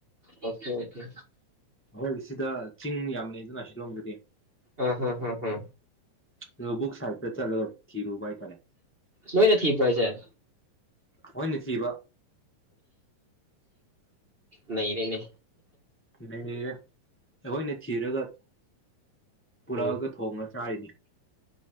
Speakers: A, on the right; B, on the left.
A: ꯑꯣꯀꯦ ꯑꯣꯀꯦ
B: ꯍꯣꯏ ꯁꯤꯗ ꯆꯤꯡ ꯌꯥꯝ ꯂꯩ ꯑꯗꯨꯅ ꯁꯤꯂꯣꯡꯗꯗꯤ
A: ꯑ ꯍ ꯍ ꯍ
B: ꯅꯣꯕꯨꯛ ꯁꯥꯥꯏꯀ ꯆꯂ ꯆꯤꯔ ꯎꯕꯥꯏꯇꯥꯔꯦ
A: ꯅꯣꯏꯅ ꯊꯤꯕ꯭ꯔꯣ ꯍꯥꯏꯁꯦ
B: ꯍꯣꯏꯅꯦ ꯊꯕ
A: ꯅ ꯂꯩꯅꯦ
B: ꯊ ꯍꯒ ꯑꯩꯈꯣꯏꯅ ꯊꯤꯔꯒ ꯄꯨꯔꯛꯑꯒ
A: ꯎꯝ
B: ꯊꯣꯡꯉ ꯆꯥꯔꯤꯅꯤ